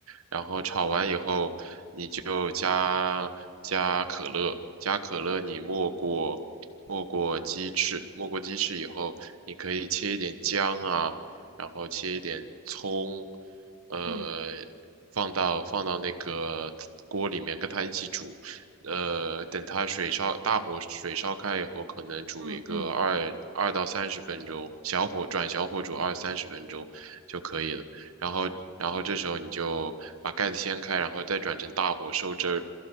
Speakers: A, on the right; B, on the right.
A: 然后炒完以后，你就加加可乐，加可乐你没过没过鸡翅，没过鸡翅以后，你可以切一点姜啊，然后切一点葱，呃，
B: 嗯
A: 放到放到那个锅里面跟它一起煮。呃，等它水烧，大火水烧开以后，可能煮一个二二到三十分钟，
B: 嗯嗯
A: 小火转小火煮二三十分钟就可以了。然后，然后这时候你就把盖子掀开，然后再转成大火收汁儿，